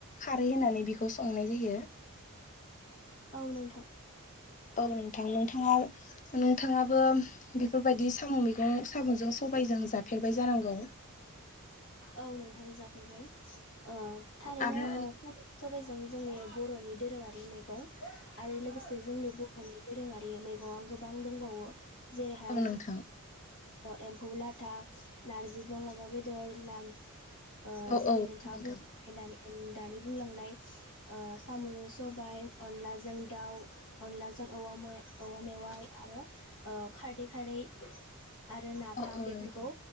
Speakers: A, on the left (about 35°); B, on the left (about 60°).
A: खारै होनानै बेखौ संनाय जायो।
B: औ नोंथां
A: औ नोंथां नोंथाङा नोंथाङाबो बेफोरबायदि साम' मैगं साम'जों सबायजों जाफेरबाय जानांगौ।
B: औ नोंथां जाफेरबाय ओ थारैनो
A: आरो
B: ओ सबायाइजों जोंनि बर'नि दोरोङारि मैगं आरो लोगोसे जोंनि बर'नि दोरोङारि मैगङा गोबां दंबावो जेरैहाय
A: औ नोंथां
B: अ एम्फौ लाथा नारजि जों अमा बेदर ना ओ
A: औ
B: जेरै
A: औ
B: नोंथाङा
A: नोंथां
B: बुंलांनाय दानि बुंलांनाय साम'जों सबाय अनलाजों दाउ अनलाजों औ औवा मेवाइ आरो खारदै खारै आरो नाफाम
A: औ औ
B: बेफोरखौ
A: नोंथां